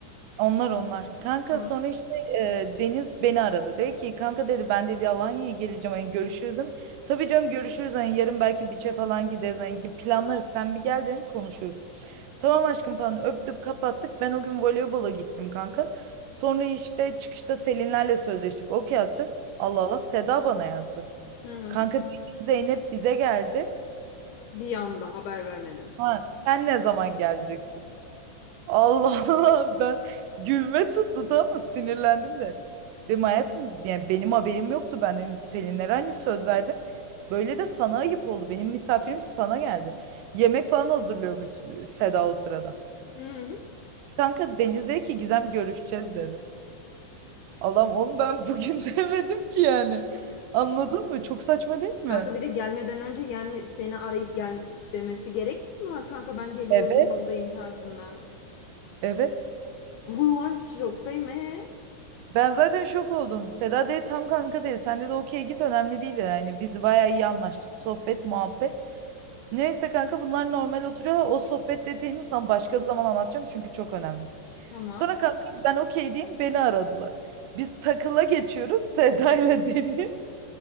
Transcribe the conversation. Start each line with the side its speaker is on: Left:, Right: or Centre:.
Right: Onlar onlar. Kanka
Left: Tamam.
Right: sonra işte e, Deniz beni aradı. Dedi ki kanka dedi ben dedi Alanya'ya geleceğim hani görüşürüz değil mi? Tabii canım görüşürüz hani yarın belki biçe falan gideriz hani ki planlarız sen bir gel dedim konuşuruz. Tamam aşkım falan öptük kapattık. Ben o gün voleybola gittim kanka. Sonra işte çıkışta Selinlerle sözleştik. Okey atacağız. Allah Allah Seda bana yazdı.
Left: Hı hı.
Right: Kanka Deniz Zeynep bize geldi.
Left: Bir anda haber vermeden.
Right: Ha, sen ne zaman geleceksin? Allah Allah ben gülme tuttu tamam mı sinirlendim de. Dedim hayatım yani benim haberim yoktu ben dedim Selinlere hani söz verdim. Böyle de sana ayıp oldu benim misafirim sana geldi. Yemek falan hazırlıyormuş Seda o sırada.
Left: Hı.
Right: Kanka Deniz dedi ki Gizem görüşeceğiz dedi. Allah'ım onu ben bugün <laughs> demedim ki yani. Anladın mı? Çok saçma değil mi?
Left: Kanka bir de gelmeden önce yani seni arayıp gel demesi gerekmiyor mu? Ha, Kanka ben geliyorum
Right: Evet.
Left: yoldayım tarzında.
Right: Evet.
Left: Oha şoktayım ee.
Right: Ben zaten şok oldum. Seda dedi tam kanka dedi. Sen dedi okey git önemli değil dedi. Yani biz bayağı iyi anlaştık. Sohbet, muhabbet. Neyse kanka bunlar normal oturuyor. O sohbet detayını sana başka zaman anlatacağım çünkü çok önemli.
Left: Tamam.
Right: Sonra kanka ben okey diyeyim beni aradılar. Biz takıla geçiyoruz Seda ile <laughs> Deniz.